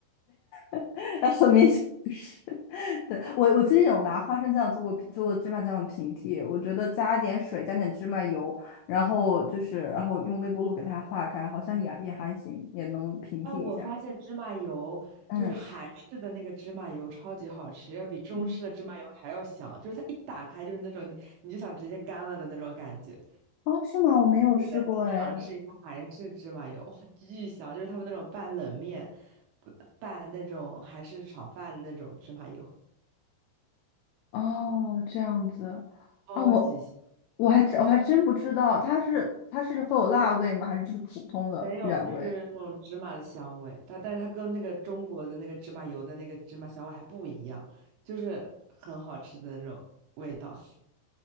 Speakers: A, on the left; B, on the right.
A: <laughs> 那说明显。是。对，我我之前有拿花生酱做过做过芝麻酱的平替，我觉得加点水，加点芝麻油，然后就是然后用微波炉给它化开，好像也也还行，也能平替一下。
B: 哎，我发现芝麻油就是韩式的那个芝麻油超级好吃，
A: 嗯
B: 要比中式的芝麻油还要香，
A: 嗯，
B: 就是它一打开就是那种你你就想直接干了的那种感觉。
A: 哦，是吗？我没有试过哎。
B: 你可以下次尝试一下韩式芝麻油，哇，巨香！就是他们那种拌冷面、拌拌那种韩式炒饭的那种芝麻油，
A: 哦，这样子，
B: 超级香。
A: 啊，我我还真我还真不知道，它是它是会有辣味吗？还是就是普通的原味？
B: 没有，就是那种芝麻的香味，它但是它跟那个中国的那个芝麻油的那个芝麻香味还不一样，就是很好吃的那种味道。